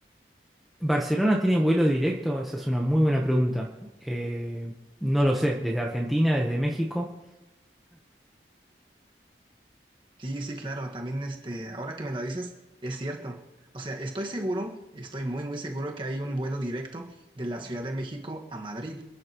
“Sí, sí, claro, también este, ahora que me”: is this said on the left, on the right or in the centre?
Right